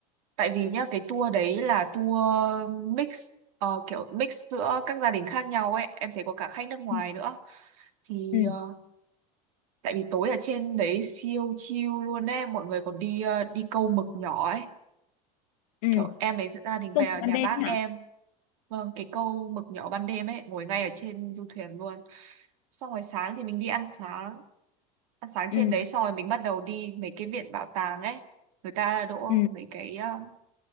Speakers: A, on the right; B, on the left.
A: tại vì nhá cái tour đấy là tour mix ờ, kiểu mix giữa các gia đình khác nhau ấy em thấy có cả khách nước ngoài
B: ừ
A: nữa thì
B: ừ
A: ờ, tại vì tối ở trên đấy siêu chill luôn ấy mọi người còn đi ờ, đi câu mực nhỏ ấy
B: ừ.
A: kiểu em ấy dẫn gia đình
B: công
A: về
B: việc ban
A: nhà
B: đêm
A: bác
B: ấy hả
A: em vâng cái câu mực nhỏ ban đêm ấy ngồi ngay ở trên du thuyền luôn xong rồi sáng thì mình đi ăn sáng ăn sáng
B: ừ
A: trên đấy xong rồi mình bắt đầu đi mấy cái viện bảo tàng ấy người ta đỗ
B: ừ
A: mấy cái ờ,